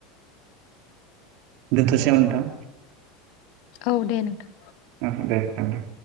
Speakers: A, on the right; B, on the left.
A: <unintelligible> थ'सै ओनथां?
B: औ दे नोंथां।
A: ओ दे दानदो।